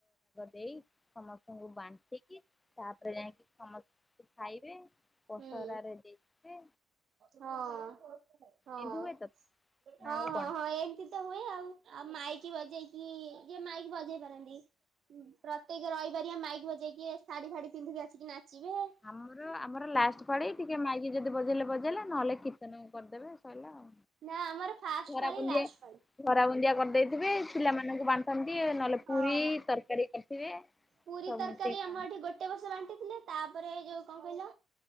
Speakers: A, on the left; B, on the right.
A: ଦେଇ ସମସ୍ତଙ୍କୁ ବାଣ୍ଟିକି ତାପରେ ଯାଇକି ସମସ୍ତେ ଖାଇବେ ପସରାରେ
B: ହୁଁ
A: ଦିଅନ୍ତି।
B: ହଁ ହଁ ହଁ
A: ଏମିତି ହୁଏ ତ ନା
B: ହଁ
A: ଆଉ
B: ହଁ
A: କଣ
B: ଏମତି ତ ହୁଏ ଆଉ ଆଉ ମାଇକି ବଜେଇ ଯିଏ ମାଇକି ପାରନ୍ତି। ପ୍ରତ୍ୟେକ ରହିପାରିବା ମାଇକି ବଜେଇକି ଶାଢୀ ଫାଢୀ ପିନ୍ଧିକି ଆସିକି ନାଚିବେ।
A: ଆମର ଆମର ଲାଷ୍ଟ ପାଳି ଟିକେ ମାଇକି ଯଦି ବଜେଇଲେ ବ ଜେଇଲେ ନହେଲେ କିର୍ତ୍ତନ କରିଦେବେ ସ‌ଇଲା ଆଉ।
B: ନା ଆମର ଫାଷ୍ଟ
A: ଘରା
B: ପାଳି
A: ବୁନ୍ଦିଆ
B: ଲାଷ୍ଟ ପାଳି।
A: ଘରା ବୁନ୍ଦିଆ କରିଦେଇଥିବେ ପିଲାମା ନଙ୍କୁ ବାଣ୍ଟନ୍ତି ନହେଲେ ପୁରୀ
B: ହଁ।
A: ତରକାରୀ କରିଥିବେ ସବୁ
B: ପୁରୀ ତରକାରୀ
A: ମିଶେଇିକି ଖାଆ
B: ଆମ ଏଠି ଗୋଟେ ବର୍ଷ ବାଣ୍ଟିଥିଲେ ତାପରେ ଯୋଉ କଣ କହିଲ